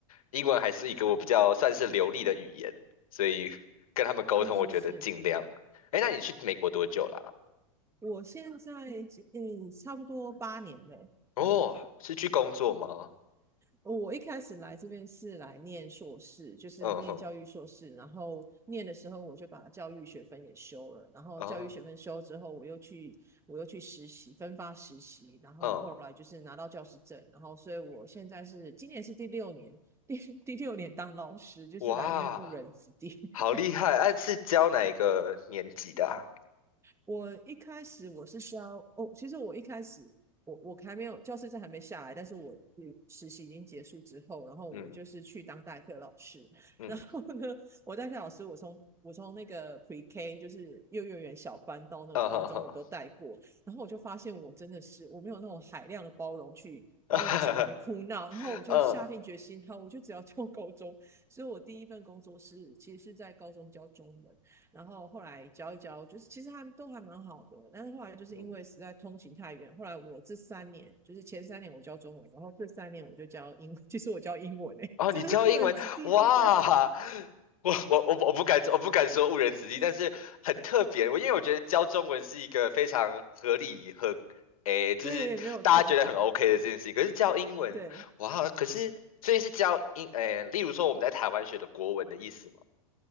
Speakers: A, on the left; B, on the right.
A: 英文还是一个我比较算是流利的语言，所以 <laughs> 跟他们沟通，
B: 是是是。
A: 我觉得尽量。哎，那你去美国多久啦？
B: 我现在嗯，差不多八年了。
A: 哦，
B: 对，
A: 是去工作吗？
B: 我一开始来这边是来念硕士，就是念教育硕士，
A: 嗯哼，
B: 然后念的时候我就把教育学分也修了，然后教育学分修之后，
A: 啊，
B: 我又去我又去实习，分发实习，然后后来就是拿到教师证，
A: 嗯，
B: 然后所以我现在是今年是第六年，第 <laughs> 第六年当老师，就是来这边误人子弟。
A: 哇，好厉害！哎、是教哪一个年级的啊？
B: 我一开始我是需要哦，其实我一开始我我还没有教师证还没下来，但是我嗯实习已经结束之后，然后我就是去当代课老师，
A: 嗯
B: <laughs>
A: 嗯，
B: 然后呢，我代课老师我从我从那个 Pre K 就是幼幼儿园小班到那个高中我都带过，
A: 嗯哼哼，
B: 然后我就发现我真的是我没有那种海量的包容去。
A: <laughs>
B: 包容小孩的哭闹，然后我就下定决心，
A: 嗯
B: 好，我就只要 <laughs> 教高中。所以我第一份工作是其实是在高中教中文。然后后来教一教，就是其实他们都还蛮好的，但是后来就是因为实在通勤太远，
A: 嗯。
B: 后来我这三年就是前三年我教中文，然后这三年我就教英，<laughs> 其实我教英文诶、欸真的是误人子弟，
A: 哦，你教英文，哇！
B: 对不对？
A: 我我我我不敢我不敢说误人子弟，
B: <laughs>
A: 但是很特别。我因为我觉得教中文是一个非常合理和诶，就是大家觉得很
B: 对，没有错，
A: OK 的这件事情。可是教英文，
B: 对
A: 哇！可是所以是教英诶，例如说我们在台湾学的国文的意思吗？